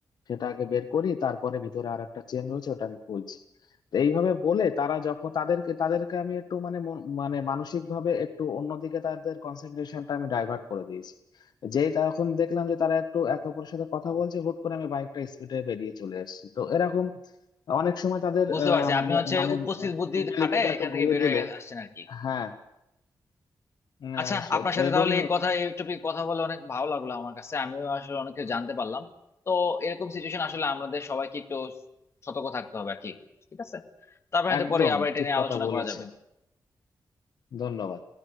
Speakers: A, on the left; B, on the left.
A: সেটা আগে বের করি তারপরে ভিতরে আর একটা চেন রয়েছে ওটা আমি খুলছি তো এইভাবে বলে তারা যখন তাদেরকে তাদেরকে আমি একটু মানে মন- মানে মানসিক ভাবে একটু অন্যদিকে তাদের কনসেন্ট্রেশনটা আমি ডাইভার্ট করে দিয়েছি যেই তখন দেখলাম যে তারা একটু একে অপরের সাথে কথা বলছে হুট করে আমি বাইকটা স্পিডে বেরিয়ে চলে এসেছি তো এরকম অনেক সময় তাদের
B: বুঝতে পারছি আপনি
A: ম-
B: হচ্ছে
A: মানে
B: উপস্থিত বুদ্ধি
A: মেন্টালিটিটা
B: খাটায় এখান
A: একটু
B: থেকে
A: ঘুরিয়ে
B: বের
A: দিলে
B: হয়ে আসছেন আর কি
A: হ্যাঁ আহ,
B: আচ্ছা
A: সত-
B: আপনার সাথে
A: এবং
B: তাহলে এই কথা এই টপিকে কথা বলে অনেক ভালো লাগলো আমার কাছে আমিও আসলে অনেক কিছু জানতে পারলাম তো এরকম সিচুয়েশন আসলে আমাদের সবাইকে একটু সতর্ক থাকতে হবে আর কি ঠিক আছে তারপরে
A: একদম
B: পরে আবার এটা
A: ঠিক
B: নিয়ে
A: কথা
B: আলোচনা
A: বলেছেন
B: করা যাবে
A: ধন্যবাদ